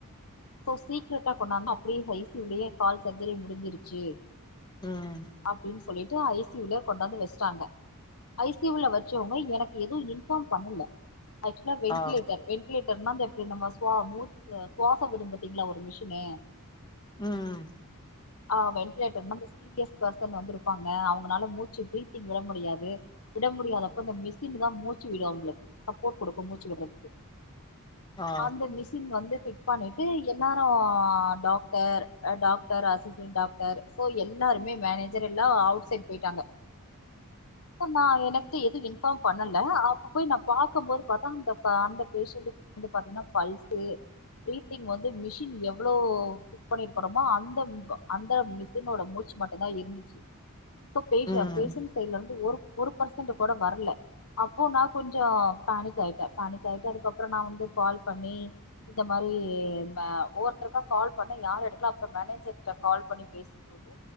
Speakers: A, on the left; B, on the left.
A: சோ சீக்ரட்டா கொண்டாந்தா அப்டியே ஐ சி யு லேயே கால் சர்ஜரி முடிஞ்சிருச்சு
B: ம்
A: அப்டின்னு சொல்லிட்டு ஐசியுலயே கொண்டாந்து வச்சுட்டாங்க ஐசியுல வச்சவங்க எனக்கு எதுவும் இன்பார்ம் பண்ணல ஆக்சுவல வென்லேட்டர்
B: ஆ
A: வெண்லேட்டர் நா நம்ம சுவாசி சுவாச விரும்பி ங்களா ஒரு மிஷினு
B: உம் உம்
A: ஆ வெண்டிலேட்டர்னா இந்த சீரியஸ் பெர்சன் வந்து இருப்பாங்க அவங்களனால மூச்சு ப்ரீத்திங் விட முடியாது விட முடியாதப்ப இந்த மிஷின் தான் மூச்சு விடும் அவுங்களுக்கு சப்போர்ட் குடுக்கும் மூச்சு விடுறதுக்கு
B: ஆ
A: அந்த மிசின் வந்து பண்ணிட்டு என்னா அப்புறோம் டாக்டர் டாக்டர் அசிஸ்டன்ட் டாக்டர் எல்லாருமே மேனேஜ் மேனேஜர்ல்லாம் அவுட் சைடு போயிட்டாங்க நான் எனக்கு எதுவும் இன்பார்ம் பண்ணல அப்ப போய் நான் பாக்க போது பாத்தா அந்த அந்த பேஷண்ட்க்கு வந்து பாத்தீங்கன்னா பல்ஸு பிரீத்திங் வந்து மிஷின் எவ்வளோ ஃபிட் பண்ணிருக்கறோமோ அந்த அந்த மிஷினோட மூச்சு மட்டும் தான் இருந்துச்சு பேர்சன்ட்
B: ம்
A: சைட்ல இருந்து ஒரு ஒரு பர்சன்ட் கூட வரல அப்போ நான் கொஞ்சோம் பேனிக் ஆயிட்டேன் பேனிக் ஆயிட்டேன் அதுக்கப்புறம் நான் வந்து கால் பண்ணி இந்த மாரி ஒவ்வொருத்தருக்கா கால் பண்ணி யாரும் எடுக்கல அப்புறோம் மேனேஜர் கிட்ட கால் பண்ணி பேசும்போது